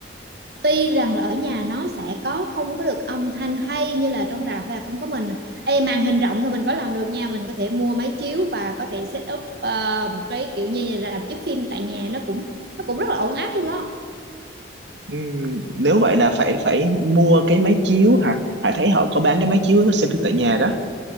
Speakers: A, on the right; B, on the right.
A: tuy rằng là ở nhà nó sẽ có không có được âm thanh hay như là trong rạp hay là không có mình Ê, màn hình rộng thì mình có làm được nha mình có thể mua máy chiếu và có thể set up ờ, một cái kiểu như là chiếu phim tại nhà nó cũng nó cũng rất là ổn áp luôn đó
B: ừ, nếu vậy là phải phải mua cái máy chiếu hả Hải thấy họ có bán cái máy chiếu xem phim tại nhà đó